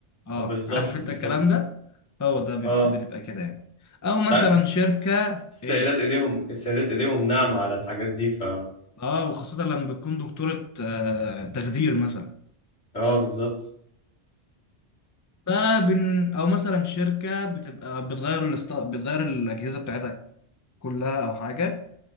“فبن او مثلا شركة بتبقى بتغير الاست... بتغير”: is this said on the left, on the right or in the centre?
Left